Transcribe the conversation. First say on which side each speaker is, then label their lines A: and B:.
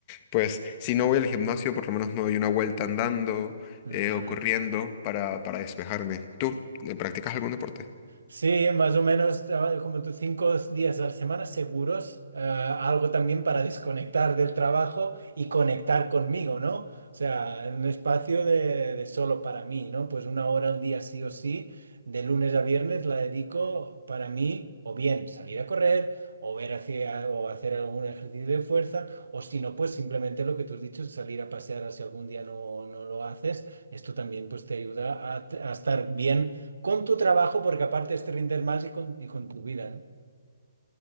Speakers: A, on the left (about 30°); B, on the right (about 65°).
A: pues si no voy al gimnasio, por lo menos me doy una vuelta andando
B: Ujú.
A: eh, o corriendo para, para despejarme. ¿Tú eh, practicas algún deporte?
B: Sí, más o menos eh, como tus cinco días a la semana seguros, eh, algo también para desconectar del trabajo y conectar conmigo, ¿no? O sea, en un espacio de, de solo para mí, ¿no? Pues una hora al día sí o sí, de lunes a viernes la dedico para mí, o bien salir a correr, o ver hacia, o hacer algún ejercicio de fuerza, o si no, pues simplemente lo que tú has dicho, salir a pasear si algún día no, no lo haces, esto también pues te ayuda a a estar bien con tu trabajo, porque aparte es te rindes más y con, y con tu vida,